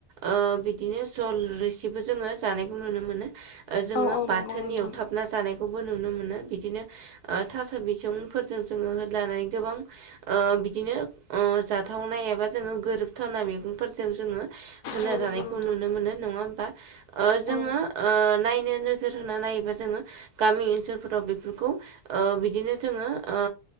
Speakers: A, on the right; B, on the left.
A: ओ बिदिनो जल रोसिबो जोङो जानायखौ नुनो मोनो। जोङो
B: औ औ
A: बाथोन
B: नंगौ नोंथां
A: एवथाब ना जानायखौबो नुनो मोनो बिदिनो ओ थास' बिसंफोरजों जोङो होद्लानानै गोबां ओ बिदिनो ओ जाथावनाय एबा जोङो गोरोबथावनाय मैगंफोरजों जोङो होनाजानायखौ
B: औ नंगौ नोंथां
A: नुनो मोनो नङा होमबा ओ जोङो
B: औ
A: ओ नायनो नोजोर होना नायोबा जोङो गामि ओनसोलफोराव बेफोरखौ ओ बिदिनो जोङो ओ